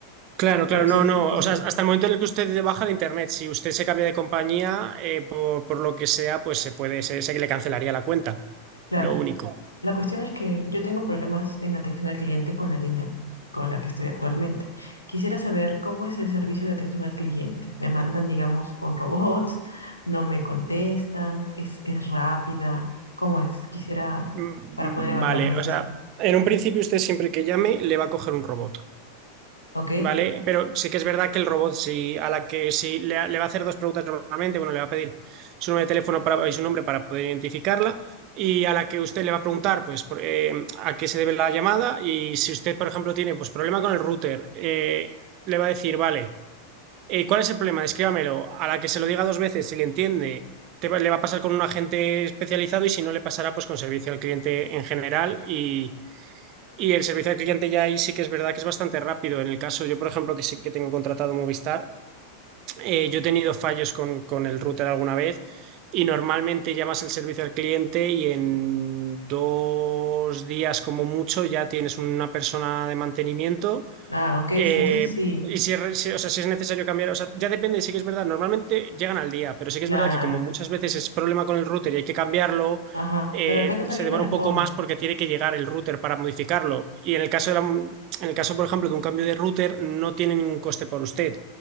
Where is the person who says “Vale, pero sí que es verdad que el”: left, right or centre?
Right